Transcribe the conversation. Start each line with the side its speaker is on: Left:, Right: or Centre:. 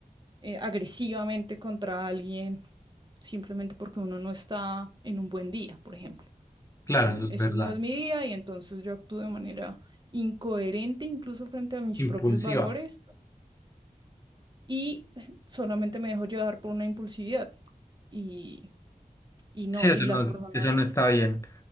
Right: eh, agresivamente contra alguien simplemente porque uno no está en un buen día, por ejemplo.
Left: claro,
Right: Mm,
Left: eso es
Right: Este
Left: verdad.
Right: no es mi día y entonces yo actúo de manera incoherente incluso frente a mis
Left: Impulsiva.
Right: propios valores y <laughs> solamente me dejo llevar por una impulsividad y, y no,
Left: Sí, eso
Right: y las
Left: no, es-
Right: personas,
Left: eso no está bien.